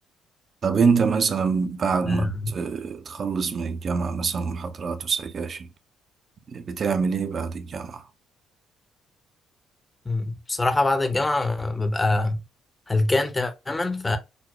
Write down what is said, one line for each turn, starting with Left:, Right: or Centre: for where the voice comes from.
Right: طب أنت مثلا بعد
Left: <laughs>
Right: ما ت- تخلص من الجامعة مثلا محاضرات وسكاشن بتعمل إيه بعد الجامعة؟
Left: مم. بصراحة بعد الجامعة ببقى هلكان تماما ف